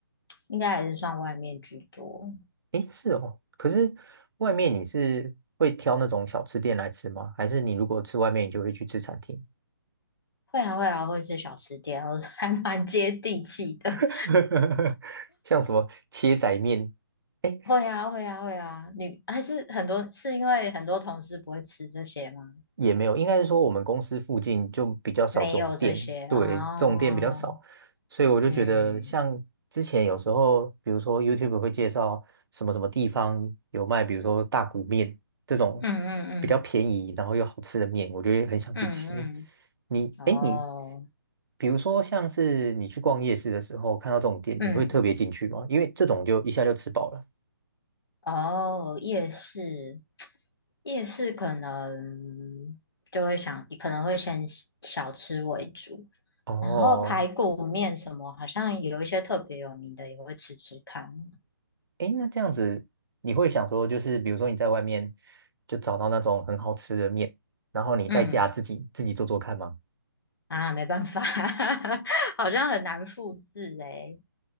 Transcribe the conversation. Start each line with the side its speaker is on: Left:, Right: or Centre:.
Left: 应该还是算外面居多。
Right: 诶，是哦，可是外面你是会挑那种小吃店来吃吗？还是你如果吃外面，你就会去吃餐厅？
Left: 会啊会啊，会吃小吃店，我 <laughs> 还蛮接地气的。
Right: <laughs> 像什么切仔面，
Left: <laughs>
Right: 哎，
Left: 会啊会啊会啊，你还是很多是因为很多同事不会吃这些吗？
Right: 也没有，应该是说我们公司附近就比较少这种店，
Left: 没有这些哦，
Right: 对，这种店比较少，所以我就觉得像之前有时候，
Left: 嗯
Right: 比如说 YouTube 会介绍什么什么地方有卖，比如说大骨面这种
Left: 嗯嗯嗯
Right: 比较便宜然后又好吃的面，我就会很想去吃。
Left: 嗯
Right: 你，
Left: 嗯，哦，
Right: 哎，你，比如说像是你去逛夜市的时候看到这种店，
Left: 嗯
Right: 你会特别进去吗？因为这种就一下就吃饱了。
Left: 哦，夜市夜市可能就会想，可能会先小吃为主，
Right: 哦，
Left: 然后排骨面什么，好像有一些特别有名的也会吃吃看。
Right: 诶，那这样子，你会想说，就是比如说你在外面就找到那种很好吃的面，然后你在家自己自己做做看吗？
Left: 嗯啊，没办法，<laughs> 好像很难复制诶、